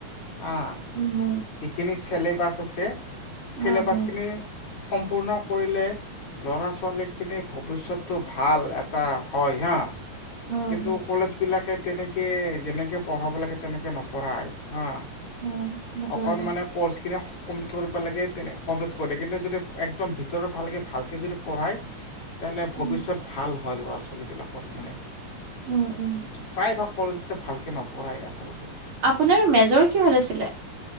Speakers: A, on the left; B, on the right.
A: অ'
B: উম
A: যিখিনি চেলেবাছ আছে। চিলবাছখিনি
B: উম উম
A: সম্পূৰ্ণ কৰিলে ল'ৰা ছোৱালীক <unintelligible> ভৱিষ্যতটো ভাল এটা হয় হা।
B: উম
A: কিন্তু
B: উম
A: কলেজ বিলাকে তেনেকৈ যেনেকৈ পঢ়াব লাগে তেনেকৈ নপঢ়াই। হা,
B: উম সেইটো
A: অকণ
B: হয় বাৰু।
A: মানে কৰ্চ কিনি কমপ্লিট কৰিব লাগে তেনে কমপ্লিট কৰি কিন্তু যদি একদম ভিতৰৰ ভালকে ভালকে যদি পঢ়াই তেনে ভৱিষ্যত
B: উম
A: ভাল হয় ল'ৰা ছোৱলীবিলাকক মানে
B: উম', উম'।
A: প্ৰায়ভাগ কলেজতে ভালকৈ নপঢ়াই আচলতে।
B: আপোনাৰ মেজৰ কিহত আছিলে।